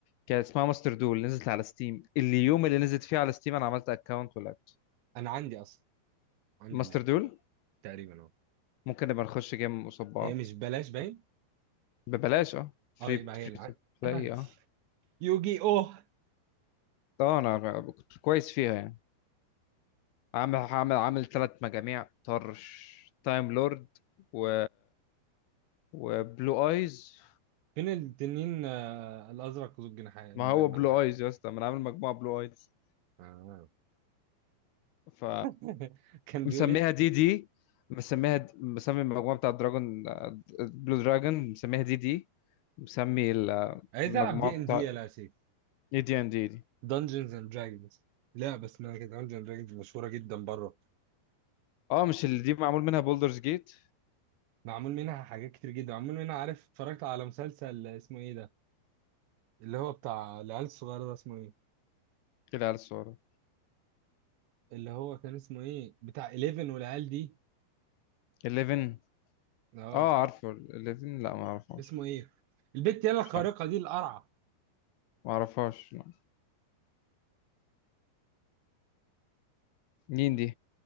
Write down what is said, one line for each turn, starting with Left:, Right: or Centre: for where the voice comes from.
Left: كانت اسمها ماستر دول نزلت على ستيم اليوم اللي نزلت فيه على ستيم انا عملت اكونت ولعبت
Right: انا عندي اصلا عندي
Left: ماستر
Right: اللعبه
Left: دول
Right: تقريبا اهو
Left: ممكن نبقى نخش جيم قصاد بعض
Right: هي مش بلاش باين
Left: ببلاش اه فري
Right: اه يبقى هي
Left: فري
Right: الع...
Left: تو
Right: <clears throat>
Left: بلاي
Right: عندي
Left: اه
Right: يوجي اوه
Left: اه انا كنت كويس فيها يعني عامل عامل عامل ثلاث مجاميع طرش تايم لورد و وبلو ايز
Right: فين التنين آه، الازرق ذو الجناح المجنح
Left: ما هو بلو
Right: بقى
Left: ايز يا اسطى ما انا عامل مجموعة بلو ايز
Right: آه.
Left: ف
Right: <laughs> كان
Left: مسميها
Right: بيقول ايه
Left: دي دي مسميها د- مسمي المجموعة بتاع دراجون بلو دراجون مسميها دي دي مسمي ال-
Right: عايز
Left: المجموعة
Right: العب دي ان
Left: بتاع
Right: دي يا سيف
Left: اي دي ان دي دي
Right: دنجنز اند دراجونز لعبه اسمها كده دنجنز اند دراجونز مشهوره جدا بره
Left: اه مش اللي دي معمول منها بولدرز جيت
Right: معمول منها حاجات كتير جدا معمول منها عارف اتفرجت على مسلسل اسمه ايه ده اللي هو بتاع العيال الصغيره ده اسمه ايه
Left: اللي على الصورة
Right: اللي هو كان اسمه ايه بتاع 11 والعيال دي
Left: 11
Right: اه
Left: اه عارفه 11 لا ما اعرفهاش
Right: اسمه ايه البت يلا الخارقه
Left: مش عارف
Right: دي القرعه
Left: ما اعرفهاش لا. مين دي